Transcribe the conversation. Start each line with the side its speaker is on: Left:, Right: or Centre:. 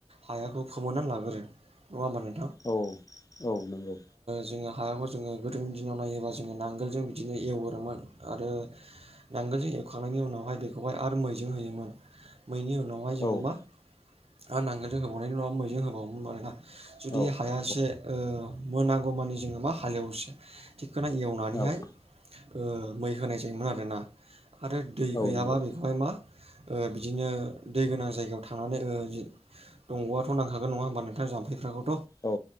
Right: हायाखौ फोमोननानै लाग्रोयो। नङा होनबा नों
Left: औ औ नंगौ।
Right: जोङो हायाखौ जोङो गोदोनि दिनाव नायोब्ला जोङो नांगोलजों बिदिनो एवहरोमोन आरो नांगोलजों एवखांनायनि उनावहाय बेखौहाय आरो मैजों होयोमोन। मैनि उनावहाय जोङो
Left: औ
Right: मा आरो नांगोलजों होबावनायनि उनाव मैजों होबावोमोन आरोना। जुदि
Left: औ
Right: हाया
Left: औ
Right: से मोनागौमानि जोङो मा हालेवसिगोन। थिखखोना एवनानैहाय
Left: औ औ
Right: ओ मै होनाय जायोमोन आरोना। आरो दै गैयाबा
Left: नंगौ
Right: बेखौहाय मा ओ बिदिनो दै गोनां जायगायाव थांनानै ओ दंगआथ' नांखागोन नंङाओमबा नोंथां जाम्फफोरखौ'
Left: औ